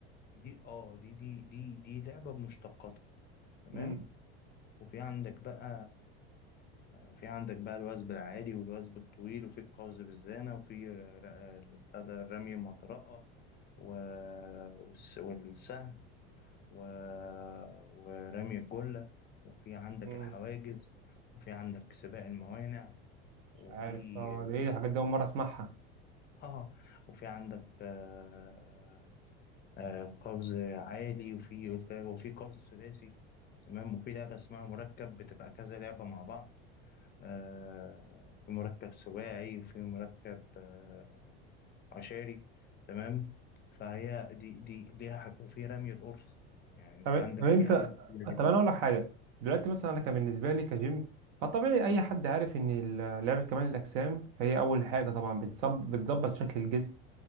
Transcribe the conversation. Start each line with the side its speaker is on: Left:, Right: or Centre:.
Left: دي اه دي دي دي دي لعبة بمشتقاتها تمام
Right: امم
Left: وفي عندك بقى في عندك بقى الوثب العالي والوثب الطويل وفي القفز بالزانة وفي ر- ر- بتاع ده رمي المطرقة و- والس- والسهم و... ورمي الجلة وفي عندك
Right: امم
Left: الحواجز وفي عندك سباق الموانع وفي
Right: مش عارف اه ده ايه الحاجات دي اول مره اسمعها
Left: <laughs> اه وفي عندك آه... آه... قفز عالي وفي قلت وفي قفز ثلاثي تمام وفي لعبة اسمها مركب بتبقى كذا لعبة مع بعض آه... في مركب سباعي وفي مركب آه... عشاري تمام فهي دي دي ليها حاجة وفي رمي القرص يعني انت
Right: طب
Left: عندك
Right: طب انت
Left: في حاجات كتيرة
Right: طب انا اقول لك حاجه دلوقتي مثلا انا كان بالنسبه لي كجيم فطبيعي اي حد عارف ان ال- لعبه كمال الاجسام فهي اول حاجه طبعا بتصب- بتظبط شكل الجسم